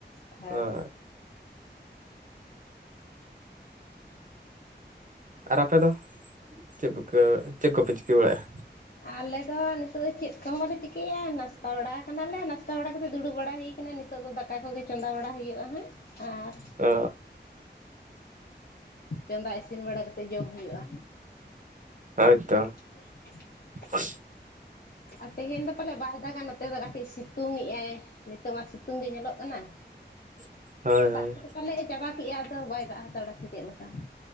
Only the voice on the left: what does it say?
ᱟ᱾ ᱦᱮᱸ
ᱟᱞᱮ ᱫᱚ ᱱᱤᱛᱚᱜ ᱫᱚ ᱪᱮᱫ ᱠᱚ ᱦᱚᱸ ᱵᱟᱞᱮ ᱪᱤᱠᱟᱹᱭᱟ ᱱᱟᱥᱛᱟ ᱵᱟᱲᱟ ᱠᱟᱱᱟᱞᱮ ᱱᱟᱥᱛᱟ ᱵᱟᱲᱟ ᱠᱟᱛᱮᱫ ᱫᱩᱲᱩᱵ ᱵᱟᱲᱟ ᱦᱩᱭ ᱱᱤᱛᱚᱜ ᱫᱚ ᱫᱟᱠᱟ ᱠᱚᱜᱮ ᱪᱚᱸᱫᱟ ᱵᱟᱲᱟ ᱦᱩᱭᱩᱜᱼᱟ ᱦᱟᱸᱜ ᱟᱨ
ᱪᱚᱸᱫᱟ ᱤᱥᱤᱱ ᱵᱟᱲᱟ ᱠᱟᱛᱮᱜ ᱡᱚᱢ ᱦᱩᱭᱩᱜᱼᱟ᱾
<inaudible>
ᱟᱨ ᱛᱮᱦᱮᱧ ᱫᱚ ᱯᱟᱞᱮᱜ ᱵᱟᱭ ᱫᱟᱜᱟ ᱱᱚᱛᱮ ᱫᱚ ᱠᱟᱹᱴᱤᱡ ᱥᱤᱛᱩᱝ ᱮᱸᱟᱭ ᱱᱤᱛᱚᱜ ᱢᱟ ᱥᱤᱛᱩᱝ ᱜᱮ ᱧᱮᱞᱚᱜ ᱠᱟᱱᱟ᱾
ᱫᱟᱜ
ᱠᱚᱫᱚ ᱯᱟᱞᱮᱜ ᱮ ᱪᱟᱵᱟ ᱠᱮᱫᱮᱜᱼᱟ ᱟᱫᱚ ᱵᱟᱭ ᱫᱟᱜ ᱦᱟᱛᱟᱲ ᱥᱮ ᱪᱮᱫ ᱞᱮᱠᱟ᱾